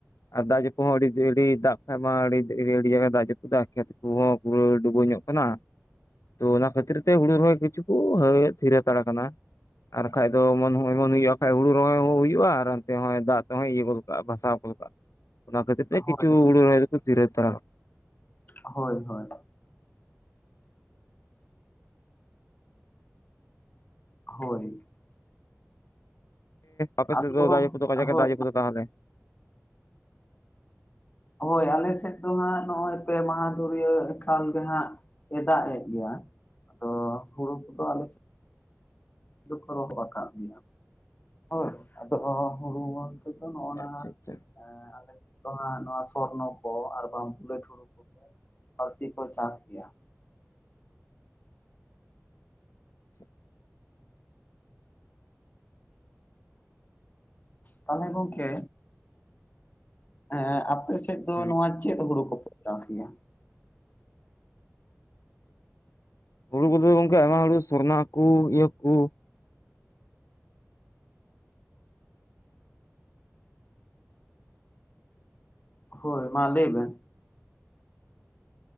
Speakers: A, on the left (about 80°); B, on the left (about 35°).
A: ᱟᱨ ᱫᱟᱜ ᱡᱟᱹᱯᱩ ᱦᱚᱸ ᱟᱹᱰᱤ ᱫᱟᱜ ᱠᱷᱟᱡ ᱢᱟ ᱟᱹᱰᱤ ᱫᱟᱜ ᱡᱟᱹᱯᱩ ᱫᱟᱜ ᱠᱷᱮᱛ ᱠᱚᱸᱦᱚ ᱯᱩᱨᱟᱹ ᱰᱩᱵᱟᱹᱣ ᱧᱚᱜ ᱠᱟᱱᱟ ᱛᱚ ᱚᱱᱟ ᱠᱷᱟᱹᱛᱤᱨ ᱛᱮ ᱦᱩᱲᱩ ᱨᱚᱦᱚᱭ ᱠᱤᱪᱷᱩ ᱠᱚ ᱛᱷᱤᱨ ᱦᱟᱛᱟᱲᱟ ᱟᱠᱟᱱᱟ᱾ ᱟᱨ ᱠᱷᱟᱡ ᱫᱚ ᱮᱢᱚᱱ ᱮᱢᱚᱱ ᱦᱩᱭᱩᱜᱼᱟ ᱵᱟᱠᱷᱟᱡ ᱦᱩᱲᱩ ᱨᱚᱦᱚᱭ ᱦᱚᱸ ᱦᱩᱭᱩᱜᱼᱟ ᱟᱨ ᱚᱱᱛᱮ ᱦᱚᱸᱭ ᱫᱟᱜ ᱛᱮᱦᱚᱸᱭ ᱤᱭᱟᱹ ᱜᱚᱫ ᱠᱟᱜᱼᱟ ᱵᱷᱟᱥᱟᱣ ᱜᱚᱫ ᱠᱟᱜᱼᱟ᱾ ᱚᱱᱟ ᱠᱷᱟᱹᱛᱤᱨ ᱛᱮ
B: ᱦᱳᱭ
A: ᱠᱤᱪᱩ ᱦᱩᱲᱩ ᱨᱚᱦᱚᱭ ᱫᱚᱠᱚ ᱫᱷᱤᱨ ᱦᱟᱛᱟᱲ
B: ᱦᱳᱭ ᱦᱳᱭ ᱦᱳᱭ
A: ᱚᱯᱮ <unintelligible>
B: ᱟᱫᱚ ᱦᱳᱭ
A: ᱛᱟᱦᱚᱞᱮ
B: ᱦᱳᱭ ᱟᱞᱮ ᱥᱮᱫ ᱫᱚ ᱦᱟᱸᱜ ᱱᱚᱜᱼᱚᱭ ᱯᱮ ᱢᱟᱦᱟ ᱫᱩᱨᱭᱟᱹ ᱮᱠᱟᱞ ᱜᱮ ᱦᱟᱸᱜ ᱮ ᱫᱟᱜ ᱮᱫ ᱜᱮᱭᱟ, ᱟᱫᱚ ᱦᱩᱲᱩ ᱠᱚᱫᱚ ᱟᱞᱮ ᱥᱮᱫ ᱫᱚᱠᱚ ᱨᱚᱦᱚᱲ ᱟᱠᱟᱫ ᱜᱮᱭᱟ ᱦᱳᱭ ᱟᱫᱚ ᱦᱩᱲᱩ ᱟ ᱫᱚ ᱱᱚᱜ ᱱᱟ
A: ᱟᱪᱪᱷᱟ ᱟᱪᱪᱷᱟ
B: ᱟᱞᱮ ᱥᱮᱫ ᱫᱚ ᱦᱟᱜ ᱱᱚᱣᱟ ᱥᱚᱨᱱᱚ ᱠᱚ ᱟᱨ ᱵᱟᱝ ᱵᱩᱞᱟᱹᱴ ᱦᱩᱲᱩ ᱠᱚ ᱵᱟᱨᱛᱤ ᱠᱚ ᱪᱟᱥ ᱜᱮᱭᱟ᱾
A: ᱟᱪᱪᱷᱟ
B: ᱛᱟᱦᱚᱞᱮ ᱜᱚᱝᱠᱮ ᱸ ᱟᱯᱮ ᱥᱮᱫ ᱫᱚ
A: ᱦᱩᱸ
B: ᱱᱚᱣᱟ ᱪᱮᱫ ᱦᱩᱲᱩ ᱠᱚᱯᱮ ᱪᱟᱥ ᱜᱮᱭᱟ?
A: ᱦᱩᱲᱩ ᱠᱚᱫᱚ ᱜᱚᱝᱠᱮ ᱟᱭᱢᱟ ᱦᱩᱲᱩ ᱥᱚᱨᱱᱟ ᱠᱚ ᱤᱭᱟᱹ ᱠᱚ
B: ᱦᱳᱭ ᱢᱟ ᱞᱟᱹᱭ ᱵᱮᱱ